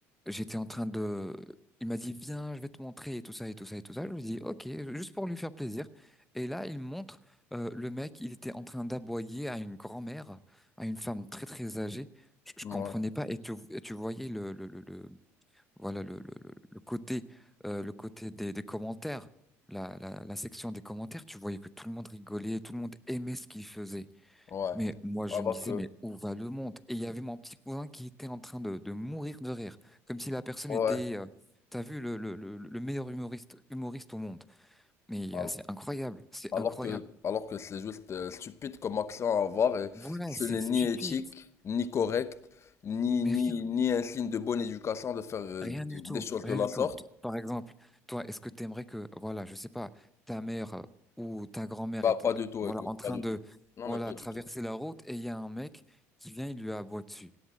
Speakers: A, in the centre; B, on the left.
A: euh, j'étais en train de. Il m'a dit, viens, je vais te montrer et tout ça et tout ça et tout ça. Je lui dis, ok, juste pour lui faire plaisir. Et là, il montre euh, le mec, il était en train d'aboyer à une grand-mère, à une femme très très âgée. Je, je
B: Ouais.
A: comprenais pas. Et tu, et tu voyais le, le, le, le- voilà le, le, le le côté euh, le côté des, des commentaires, la, la, la section des commentaires. Tu voyais que tout le monde rigolait, tout le monde aimait ce qu'il faisait.
B: Ouais.
A: Mais moi, je
B: Alors
A: me disais,
B: que,
A: mais où va le monde? Et il y avait mon petit cousin qui était en train de, de mourir de rire, comme si la personne
B: ouais.
A: était, euh, t'as vu, le, le, le, le meilleur humoriste, humoriste au monde. Mais euh,
B: Al-
A: c'est incroyable, c'est
B: Alors
A: incroyable.
B: que, alors que c'est juste euh, stupide comme action à avoir et
A: Voilà,
B: ce
A: c'est
B: n'est
A: stupide,
B: ni éthique, ni correct, ni,
A: mais
B: ni,
A: rien,
B: ni un signe de bonne éducation de faire euh,
A: rien du
B: des
A: tout,
B: choses
A: rien
B: de la
A: du
B: sorte.
A: tout. T- Par exemple, toi, est-ce que t'aimerais que, voilà, je sais pas, ta mère euh, ou ta grand-mère
B: Bah,
A: est,
B: pas du
A: euh,
B: tout,
A: voilà,
B: écoute,
A: en train
B: pas du
A: de,
B: tout. Non,
A: voilà,
B: mais pas du
A: traverser
B: tout.
A: la route et il y a un mec qui vient, il lui aboie dessus.